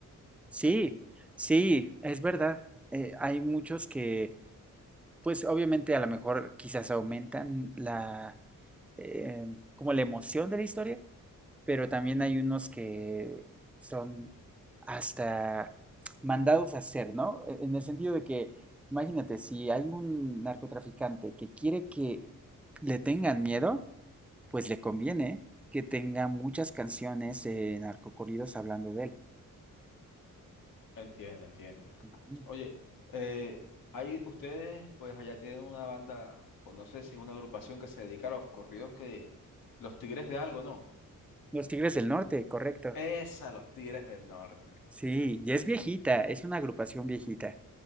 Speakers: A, in the centre; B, on the left.
A: Sí, sí, es verdad. Eh, hay muchos que pues obviamente a lo mejor quizás aumentan la, eh, como la emoción de la historia, pero también hay unos que son hasta mandados a hacer, ¿no? E, En el sentido de que, imagínate, si hay un narcotraficante que quiere que le tengan miedo, pues le conviene que tenga muchas canciones de narcocorridos hablando de él.
B: Entiendo, entiendo.
A: Ujú.
B: Oye, eh, hay ustedes, pues allá tienen una banda, o no sé si es una agrupación que se dedica a los corridos que los Tigres de algo, ¿no?
A: Los Tigres del Norte, correcto.
B: Esa, los Tigres del Norte.
A: Sí, y es viejita, es una agrupación viejita.